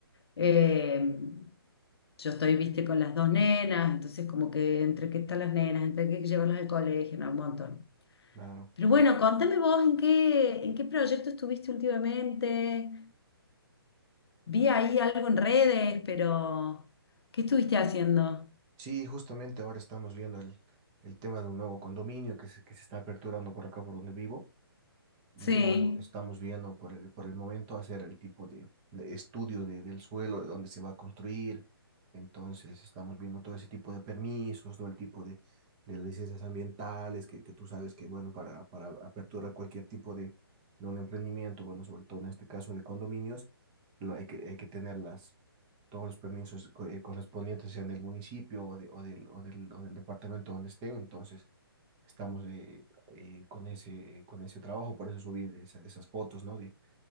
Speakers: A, on the left (about 80°); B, on the right (about 20°).
A: Eh, yo estoy, viste, con las dos nenas, entonces como que entre qué están las nenas, entre qué llevarlas al colegio, no, un montón.
B: Claro.
A: Pero bueno, contame vos en qué, en qué proyecto estuviste últimamente. Vi ahí algo en redes, pero ¿qué estuviste haciendo?
B: Sí, justamente ahora estamos viendo el, el tema de un nuevo condominio que se, que se está aperturando por acá, por donde vivo. Y
A: Sí.
B: bueno, estamos viendo por el, por el momento hacer el tipo de, de estudio de- del suelo, de dónde se va a construir. Entonces, estamos viendo todo ese tipo de permisos, todo el tipo de, de licencias ambientales, que, que tú sabes que, bueno, para, para aperturar cualquier tipo de, de un emprendimiento, bueno, sobre todo en este caso de condominios, lo, hay que, hay que tener las, todos los permisos co- eh, correspondientes, sean del municipio o, de, o, del, o, del, o del departamento donde estén. Entonces, estamos eh, eh, con ese, con ese trabajo, por eso subí esa- esas fotos, ¿no? De,